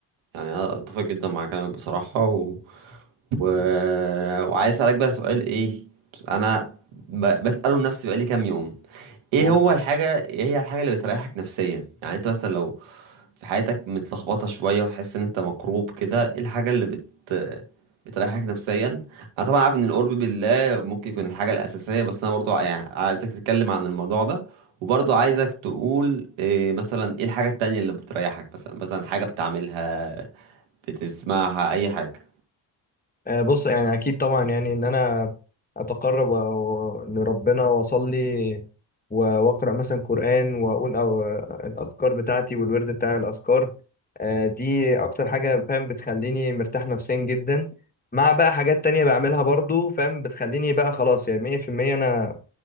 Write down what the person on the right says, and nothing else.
يعني انا اتفق جدا مع كلامك بصراحه و... و... وعايز اسالك بقى سؤال ايه انا ب... بساله لنفسي بقالي كام يوم ايه
هو الحاجة ايه هي الحاجة اللي بتريحك نفسيا يعني انت مثلا لو في حياتك متلخبطة شوية وحاسس ان انت مكروب كده ايه الحاجة اللي بت بتريحك نفسيا انا طبعا عارف ان القرب بالله ممكن يكون الحاجة الأساسية بس انا برضو يعني عايزك تتكلم عن الموضوع ده وبرضو عايزك تقول إيه مثلا ايه الحاجة التانية اللي بتريحك مثلا مثلا حاجة بتعملها بتسمعها اي حاجة